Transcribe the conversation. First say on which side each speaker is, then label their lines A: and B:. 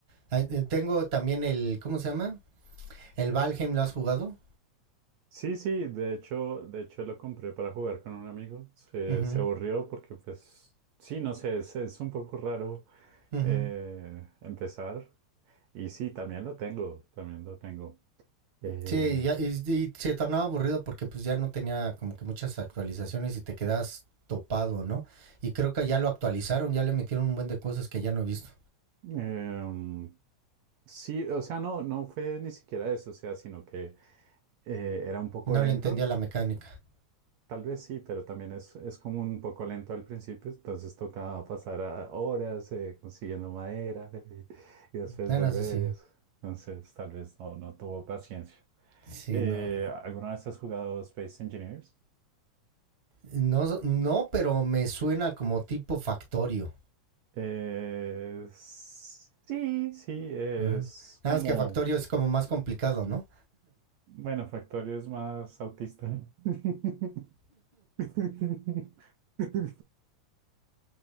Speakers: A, on the right; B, on the right.
A: Ah, eh, Tengo también el, ¿cómo se llama? El Valheim, ¿lo has jugado?
B: Sí, sí, de hecho, de hecho lo compré para jugar con un amigo. Se,
A: Ujú,
B: se aburrió porque, pues, sí, no sé, es, es un poco raro
A: ujú.
B: eh, empezar. Y sí, también lo tengo, también lo tengo. Eh,
A: Sí, y ya- y, y se tornaba aburrido porque pues ya no tenía como que muchas actualizaciones y te quedas topado, ¿no? Y creo que ya lo actualizaron, ya le metieron un buen de cosas que ya no he visto.
B: em, sí, o sea, no, no fue ni siquiera eso, o sea, sino que eh, era un poco
A: No
B: lento.
A: le entendía la mecánica.
B: Tal vez sí, pero también es, es como un poco lento al principio, entonces toca pasar a horas eh, consiguiendo madera eh, y, y después
A: Bueno,
B: volver
A: eso sí.
B: y eso. Entonces tal vez no, no tuvo paciencia.
A: Sí,
B: Eh,
A: no.
B: ¿alguna vez has jugado Space Engineers?
A: No, no, pero me suena como tipo Factorio.
B: Eh, sí, sí, es
A: Ujú.
B: como,
A: Nada más que Factorio es como más complicado, ¿no?
B: bueno, Factorio es más autista. <laughs> <laughs>